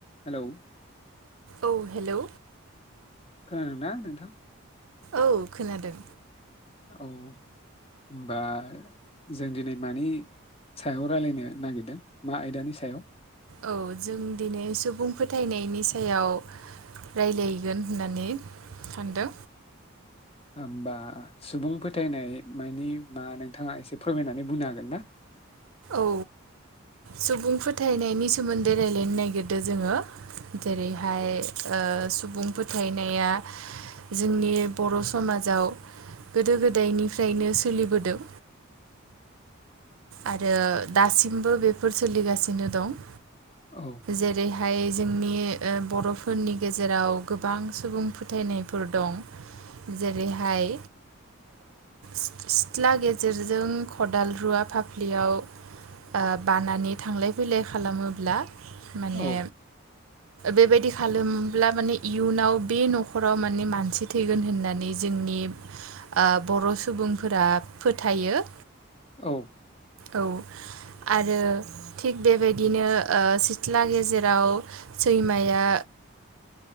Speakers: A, on the left; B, on the right.
A: Hello.
B: औ hello.
A: खोनादों ना नोंथां?
B: औ खोनादों।
A: औ होनबा जों दिनै मानि सायाव रायलायनो नागिरदों? मा आयदानि सायाव
B: औ जों दिनै सुबुं फोथायनाय नि सायाव रायलायगोन होननानै सानदों।
A: होमबा सुबुं फोथायनाय मायनि मा नोंथाङा एसे फोरमायनानै बुंनो हागोन ना?
B: औ सुबुं फोथायनायनि सोमोनदै रायलायनो नागिरदों जोङो जेरैहाय ओ सुबुं फोथायनाया जोंनि बर' समाजाव गोदो गोदायनिफ्रायनो सोलिबोदों। आरो दासिमबो बेफोर सोलिगासिनो दं।
A: औ
B: जेरै हाय जोंनि ओ बर'फोरनि गेजेराव गोबां सुबुं फोथायनायफोर दं जेरैहाय सि-सिथ्ला गेजेरजों खदाल रुवा फा फ्लियाव ओ बानानै थांलाय फैलाय खालामोब्ला माने
A: औ
B: बेबायदि खालामोब्ला माने इयुनाव बे न'खराव माने मानसि थैगोन होननानै जोंनि ओ बर' सुबुंफोरा फोथायो।
A: औ
B: औ आरो थिग बेबायदिनो ओ सिथ्ला गेजेराव सैमाया